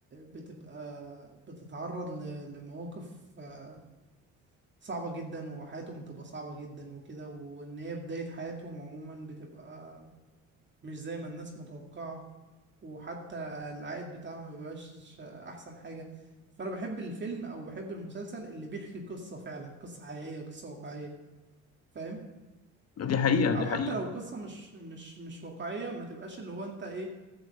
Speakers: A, on the right (about 35°); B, on the left (about 45°).
A: بتبقى بتتعرض ل... لمواقف آه، صعبة جدا وحياتهم بتبقى صعبة جدا وكده وإن هي بداية حياتهم عموما بتبقى مش زي ما الناس متوقعة وحتى العائد بتاعها ما بيبقاش احسن حاجة فانا بحب الفيلم او بحب المسلسل اللي بيحكي قصة فعلا قصة حقيقية قصة واقعية فاهم
B: دي حقيقه
A: او
B: دي
A: حتى
B: حقيقه
A: لو قصة مش مش مش واقعية ما تبقاش اللي هو انت ايه